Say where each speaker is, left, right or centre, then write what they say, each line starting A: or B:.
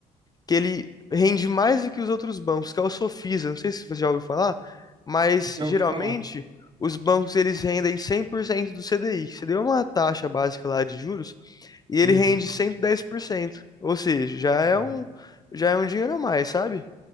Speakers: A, on the left; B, on the right.
A: que ele rende mais do que os outros bancos, que é o Sofisa. Não sei se você já ouviu falar, mas
B: Já
A: geralmente
B: ouvi falar.
A: os bancos eles rendem 100% do CDI. Você deu uma taxa básica lá de juros e ele
B: Uhum.
A: rende 110%. ou seja, já é
B: Ah,
A: um já é um dinheiro a mais, sabe?